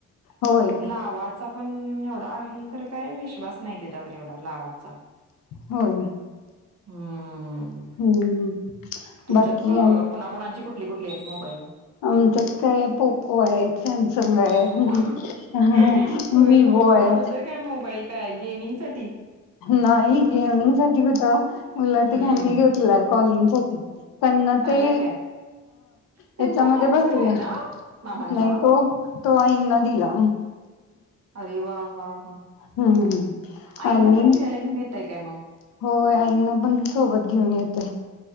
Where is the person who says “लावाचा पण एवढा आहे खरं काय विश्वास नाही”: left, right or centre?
Right